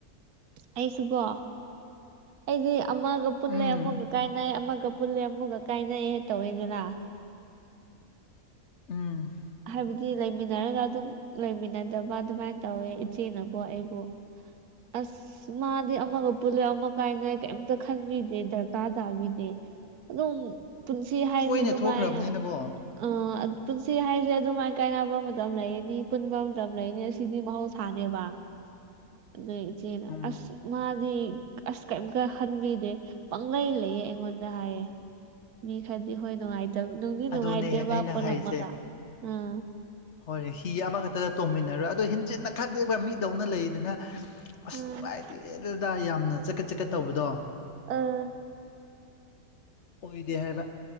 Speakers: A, on the right; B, on the left.
A: ꯑꯩꯁꯨ ꯀꯣ ꯑꯩꯗꯤ ꯑꯃꯒ ꯄꯨꯜꯂꯦ
B: ꯎꯝ
A: ꯑꯃꯨꯛꯒ ꯀꯥꯏꯅꯩ ꯑꯃꯒ ꯄꯨꯜꯂꯦ ꯑꯃꯨꯛꯒ ꯀꯥꯏꯅꯩ ꯇꯧꯋꯤꯗꯅ
B: ꯎꯝ
A: ꯍꯥꯏꯕꯗꯤ ꯂꯩꯃꯤꯟꯅꯔꯒ ꯑꯗꯨꯝ ꯂꯩꯃꯤꯟꯅꯗꯕ ꯑꯗꯨꯃꯥꯏꯅ ꯇꯧꯋꯦ ꯏꯆꯦꯅꯀꯣ ꯑꯩꯕꯨ ꯑꯁ ꯃꯥꯗꯤ ꯑꯃꯒ ꯄꯨꯜꯂꯦ ꯑꯃ ꯀꯥꯏꯅ ꯀꯩꯝꯇ ꯈꯟꯕꯤꯗꯦ ꯗꯔꯀꯥꯔ ꯇꯥꯕꯤꯗꯦ ꯑꯗꯨꯝ ꯄꯨꯟꯁꯤ ꯍꯥꯏꯁꯦ
B: ꯇꯣꯏꯅ
A: ꯑꯗꯨꯃꯥꯏꯅ
B: ꯊꯣꯛꯈ꯭ꯔꯕꯅꯤꯅꯀꯣ
A: ꯑ ꯄꯨꯟꯁꯤ ꯍꯥꯏꯁ ꯁꯦ ꯑꯗꯨꯃꯥꯏꯅ ꯀꯥꯏꯅꯕ ꯃꯇꯝ ꯂꯩꯅꯤ ꯄꯨꯟꯕ ꯃꯇꯝ ꯂꯩꯅꯤ ꯑꯁꯤꯗꯤ ꯃꯍꯧꯁꯥꯅꯦꯕ ꯑꯗꯨ ꯢꯆꯦꯅ
B: ꯎꯝ
A: ꯑꯁ ꯃꯥꯗꯤ ꯑꯁ ꯀꯔꯤꯝꯀ ꯈꯟꯕꯤꯗꯦ ꯄꯪꯂꯩ ꯂꯩꯌꯦ ꯑꯩꯉꯣꯟꯗ ꯍꯥꯏꯌꯦ ꯃꯤ ꯈꯔꯗꯤ ꯍꯣꯏ ꯅꯨꯡꯉꯥꯏꯇꯕ ꯅꯨꯡꯗꯤ ꯅꯨꯡꯉꯥꯏꯇꯦꯕ
B: ꯑꯗꯨꯅꯦ ꯑꯩꯅ
A: ꯄꯣꯂꯝꯃꯒ
B: ꯍꯥꯏꯔꯤꯁꯦ
A: ꯑꯥ
B: ꯍꯣꯏ ꯍꯤ ꯑꯃꯈꯛꯇꯗ ꯇꯣꯡꯃꯤꯟꯅꯔꯣꯏ ꯑꯗꯣ ꯍꯦꯟꯖꯤꯟꯅ ꯈꯟꯗꯦꯕ ꯃꯤꯗꯧꯅ ꯂꯩꯗꯅ ꯑꯁ
A: ꯎꯝ
B: ꯅꯨꯡꯉꯥꯏꯇꯦ ꯑꯦ ꯑꯗꯨꯗꯥ ꯌꯥꯝꯅ ꯆꯠꯀꯠ ꯆꯠꯀꯠ ꯇꯧꯕꯗꯣ
A: ꯑꯥ
B: ꯑꯣꯏꯗꯦ ꯍꯥꯏꯕ